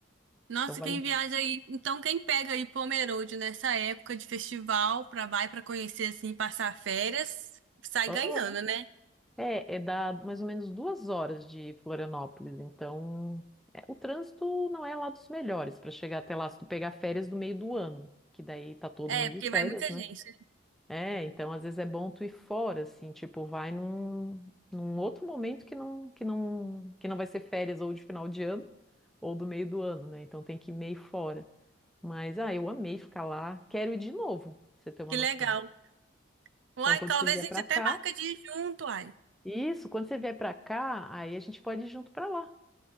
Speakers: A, on the right; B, in the centre.
A: Nossa,
B: Então vale.
A: quem viaja aí. Então, quem pega aí Pomerode nessa época de festival pra vai pra conhecer assim, passar férias, sai
B: Aham.
A: ganhando, né?
B: É, é dá mais ou menos duas horas de Florianópolis. Então, é, o trânsito não é lá dos melhores para chegar até lá, se tu pegar férias do meio do ano, que daí tá todo
A: É,
B: mundo
A: porque
B: de férias,
A: vai muita
B: né?
A: gente. né?
B: É, então às vezes é bom tu ir fora, assim, tipo, vai num, num outro momento que não, que não, que não vai ser férias ou de final de ano ou do meio do ano, né? Então tem que ir meio fora. Mas, ah, eu amei ficar lá, quero ir de novo, pra você ter uma
A: Que
B: noção.
A: legal. Uai,
B: Então, quando
A: talvez
B: você vier
A: a gente
B: pra
A: até
B: cá,
A: marca de ir junto, uai.
B: Isso, quando você vier pra cá, aí a gente pode ir junto pra lá.